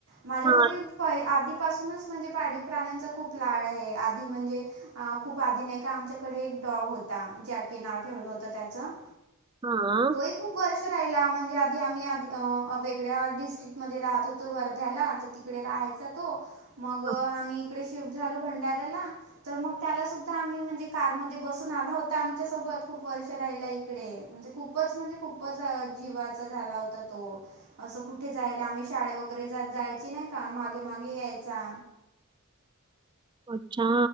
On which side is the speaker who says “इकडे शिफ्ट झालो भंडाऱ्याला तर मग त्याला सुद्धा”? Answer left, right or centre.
Right